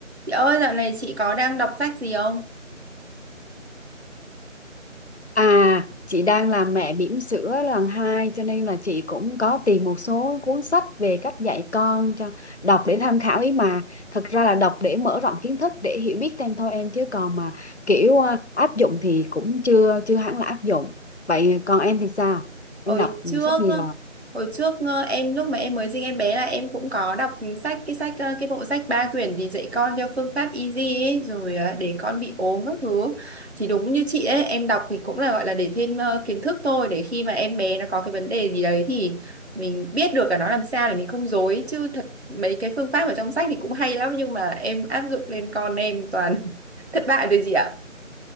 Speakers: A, on the right; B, on the left.
A: Chị ơi, dạo này chị có đang đọc sách gì không?
B: À, chị đang làm mẹ bỉm sữa lần 2 cho nên là chị cũng có tìm một số cuốn sách về cách dạy con cho đọc để tham khảo ý mà. Thật ra là đọc để mở rộng kiến thức để hiểu biết thêm thôi em chứ còn mà kiểu à, áp dụng thì cũng chưa chưa hẳn là áp dụng. Vậy còn em thì sao? Em
A: Hồi
B: đọc
A: trước,
B: sách gì rồi?
A: hồi trước ờ, em lúc mà em mới sinh em bé là em cũng có đọc sách cái sách ờ, cái bộ sách ba quyển gì dạy con theo phương pháp easy ấy, rồi ờ, để con bị ốm các thứ. Thì đúng như chị ấy, em đọc thì cũng là gọi là để thêm ờ, kiến thức thôi để khi mà em bé nó có cái vấn đề gì đấy thì mình biết được là nó làm sao để mình không dối chứ thật mấy cái phương pháp ở trong sách thì cũng hay lắm nhưng mà em áp dụng lên con em toàn <laughs> thất bại rồi chị ạ.